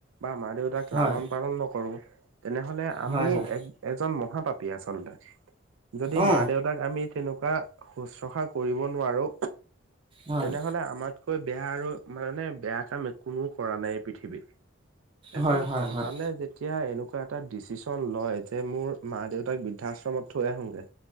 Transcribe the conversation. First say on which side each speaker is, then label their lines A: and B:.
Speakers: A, on the right; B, on the right.
A: বা মা দেউতাক
B: হয়
A: লালন পালন নকৰো। তেনেহলে আমি
B: হয় হয়
A: এ এজন মহাপাপী আচলতে যদি
B: অ
A: মা দেউতাক আমি তেনেকা। শুশ্ৰূষা কৰিব নোৱাৰো
B: হয়
A: তেনেহলে আমাৰ। হয় বেয়া আৰু মানে বেয়া কাম একোনোও কৰা নাই পৃথিৱীত। এজন
B: হয় হয়
A: সন্তানে
B: হয়
A: যেতিয়া এনে। এনেুৱা এটা ডিচিশন লয় যে মোৰ মা দেউতাক বৃদ্ধাশ্ৰমত থৈ আহোগে।